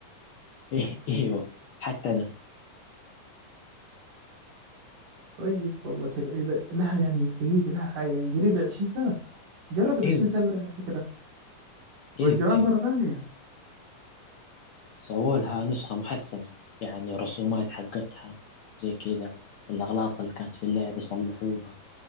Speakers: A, on the left; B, on the right.
A: <laughs> ايوه حتى انا
B: طيب والله شك... اذا لها يعني دقيقه لها حاجه يعني قريبه 20 سنه قربت
A: ايوه
B: 20 سنه لها الفكره
A: ايوه
B: رجعوها
A: ايوه
B: مره ثانيه
A: سووا لها نسخة محسنة يعني الرسومات حقتها زي كذا الأغلاط اللي كانت في اللعبة صلحوها